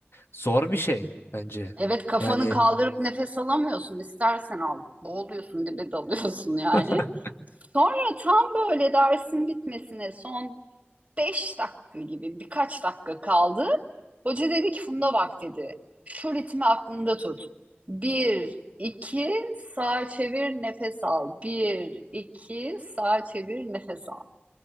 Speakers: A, on the left (about 70°); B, on the right (about 30°).
A: zor bir şey bence.
B: Evet kafanı
A: Yani
B: kaldırıp nefes alamıyorsun. İstersen al. Boğuluyorsun, dibe dalıyorsun yani.
A: <laughs>
B: Sonra tam böyle dersin bitmesine son 5 dakika gibi birkaç dakika kaldı. Hoca dedi ki Funda bak dedi. Şu ritmi aklında tut. Bir 2 sağa çevir nefes al. Bir 2 sağa çevir nefes al.